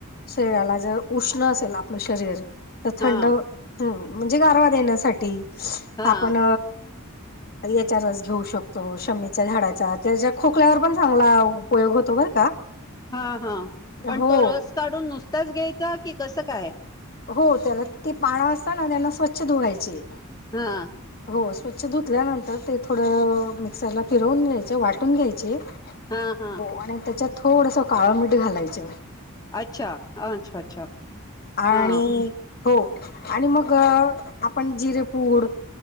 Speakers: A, on the left; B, on the left.
A: शरीराला जर उष्ण असेल आपलं शरीर तर थंड
B: हा
A: ह म्हणजे गारवा देण्यासाठी
B: हा
A: आपण याच्या रस घेऊ शकतो शमीत झाडाचा त्याच्या खोकल्यावर पण चांगला उपयोग होतो बर का
B: हा हा पण
A: हो
B: तो रस काढुन नुसताच घ्यायचा की कसं काय?
A: हो त्याना ते पान असतना त्यांना स्वच्छ धुवायचे
B: हा
A: हो स्वच्छ धुतल्यानंतर ते थोडं मिक्सरला फिरवुन घ्यायच वाटुन घ्यायचे
B: हा हा
A: हो आणि त्याच्यात थोडस काळं मीठ घालायच
B: अच्छा अच्छा अच्छा
A: आणि
B: हा
A: हो आणि मग आपण जिरेपुड